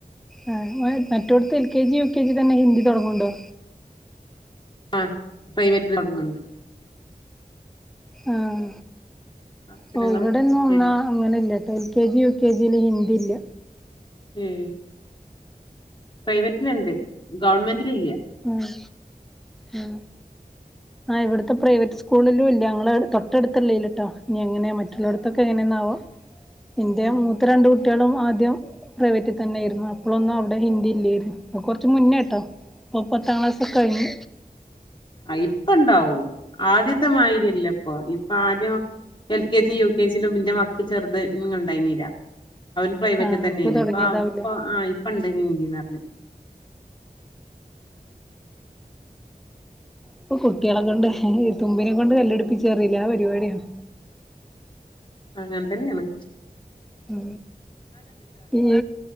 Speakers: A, in the centre; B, on the left.
A: ആ മ മറ്റോടത്ത് L K G U K G തന്നെ ഹിന്ദി തൊട്ങ്ങ്ണ്ടോ
B: ആ പ്രൈവറ്റ്ല് തൊടങ്‌ണ്ട്
A: ഉം
B: അക്ഷരങ്ങള്
A: ഓ ഇവിടെന്നും
B: അത്യാവശ്യം
A: എന്നാ അങ്ങനെല്ല്യട്ടോ കെ ജി യു കെ ജിയില് ഹിന്ദിയില്ല.
B: ഏയ് പ്രൈവറ്റ്ല്ണ്ട് ഗവൺമെന്റില് ഇല്ല
A: ആ ഉം ആ ഇവിടുത്തെ പ്രൈവറ്റ് സ്കൂളിലും ഇല്ല ഞങ്ങളവതൊട്ടടുത്തല്ലേലേട്ടോ ഇനി എങ്ങനാ മറ്റുള്ളടുത്തൊക്കെ
B: ഉം
A: എങ്ങനാവോ ഇന്റെ
B: ഉം
A: മൂത്ത രണ്ടൂ കുട്ടിളും ആദ്യം പ്രൈവെറ്റി തന്നെയിരുന്നു അപ്പോളൊന്നും അവിടെ ഹിന്ദി ഇല്ലെയ്രുന്നു പ്പ കൊർച് ച്ച് മുന്നേട്ടോ ഓം പത്താം ക്ലാസ് കഴിഞ്ഞ്
B: അ ഇപ്പ ണ്ടാവും ആദ്യത്ത് ദ്യത്തെ മായ്ലരി ല്ല ഇപ്പൊ ഇപ്പ ആദ്യം L K G U K G ലും ന്റെ മക് ക് ചെർത് ഇണ്ടായിന്നീല്ല അവൻ പ്രൈവറ്റ്
A: ആഹ്
B: തന്നെനി
A: തൊടങ്ങിയതാവൂലേ
B: ഇപ്പൊ ഇപ്പൊ ആ ഇപ്പ ണ്ട് എന്ന് അർഞ്ഞ്
A: പ്പോ കുട്ടിളെ കൊണ്ട് തുമ്പിനെ കൊണ്ട് കല്ലെട്പ്പിച്ചാറിലെ ആ പരിപാടി ആണ്
B: അങ്ങനെതന്നെണ്
A: ആ ഈ